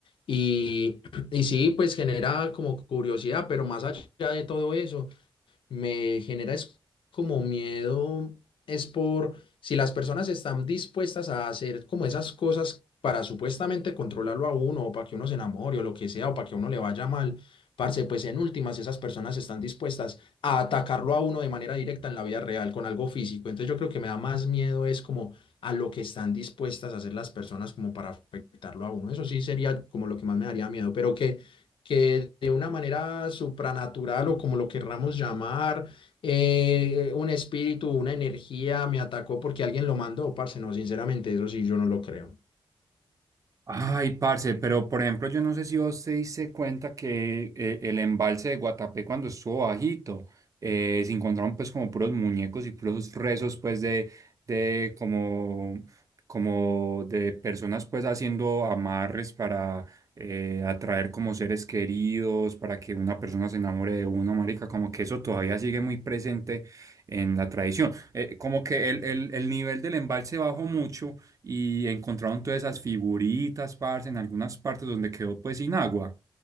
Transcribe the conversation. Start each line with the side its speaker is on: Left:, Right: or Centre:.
Left: Y, <clears throat> y sí, pues genera como curiosidad, pero más allá de todo eso. me genera es como miedo, es por si las personas están dispuestas a hacer como esas cosas para supuestamente controlarlo a uno o para que uno se enamore o lo que sea o para que a uno le vaya mal, parce, pues en últimas esas personas están dispuestas a atacarlo a uno de manera directa en la vida real con algo físico. Entonces yo creo que me da más miedo es como a lo que están dispuestas a hacer las personas como para afectarlo a uno. Eso sí sería como lo que más me daría miedo, pero que que de una manera supranatural o como lo querramos llamar, eh, un espíritu, una energía me atacó porque alguien lo mandó, parce, no, sinceramente, eso sí, yo no lo creo.
Right: Ay, parce, pero por ejemplo, yo no sé si vos te diste cuenta que eh, el embalse de Guatapé cuando estuvo bajito, eh, se encontraron pues como puros muñecos y puros rezos pues de, de como, como de personas pues haciendo amarres para eh, atraer como seres queridos, para que una persona se enamore de uno, marica, como que eso todavía sigue muy presente en la tradición. Eh, como que el, el el nivel del embalse bajó mucho y encontraron todas esas figuritas, parce, en algunas partes donde quedó pues sin agua.